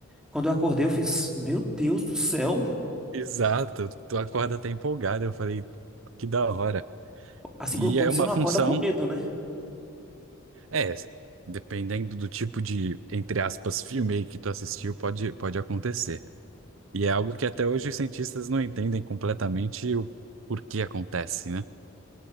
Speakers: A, in the centre; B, on the right.
A: quando eu acordei eu fiz, meu Deus do céu.
B: Exato. Tu acorda até empolgado. Eu falei, que da hora.
A: Assim,
B: E
A: quando quando
B: é uma
A: você não
B: função,
A: acorda com medo, né?
B: é, dependendo do tipo de, entre aspas, filme aí que tu assistiu, pode, pode acontecer. E é algo que até hoje os cientistas não entendem completamente o porquê acontece, né?